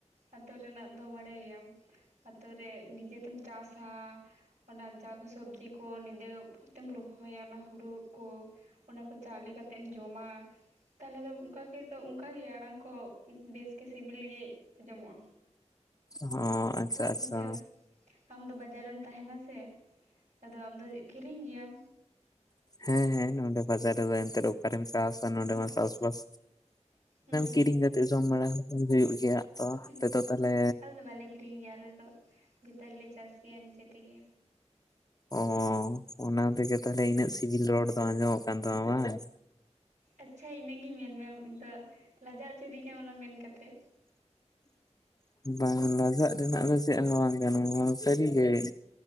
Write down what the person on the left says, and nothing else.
ᱦᱚᱸ ᱟᱪᱪᱷᱟ ᱟᱪᱪᱷᱟ,
ᱦᱮᱸ ᱦᱮᱸ, ᱱᱚᱰᱮ ᱵᱟᱡᱟᱨ ᱨᱮ ᱫᱚ ᱮᱱᱛᱮ, ᱚᱠᱟᱨᱮᱢ ᱪᱟᱥᱟ ᱱᱚᱰᱮ
ᱢᱟ ᱪᱟᱥᱵᱟᱥ
ᱠᱤᱨᱤᱧ ᱠᱟᱛᱮᱫ ᱡᱚᱢ ᱵᱟᱲᱟ ᱦᱩᱭᱩᱜ ᱜᱮᱭᱟ, ᱛᱚ
ᱟᱯᱮ ᱫᱚ ᱛᱟᱦᱚᱞᱮ
ᱚ ᱚᱱᱟ ᱛᱮᱜᱮ ᱛᱟᱦᱚᱞᱮ ᱤᱱᱟᱹᱜ ᱥᱤᱵᱤᱞ ᱨᱚᱲ ᱫᱚ ᱟᱸᱡᱚᱢᱚᱜ ᱠᱟᱱ ᱛᱟᱢᱟ ᱵᱟᱝ?
ᱵᱟᱝ, ᱞᱟᱡᱟᱜ ᱨᱮᱱᱟᱜ ᱫᱚ ᱪᱮᱫ ᱦᱚᱸ ᱵᱟᱝ ᱠᱟᱱᱟ ᱥᱟᱹᱨᱤ ᱜᱮ, <unintelligible>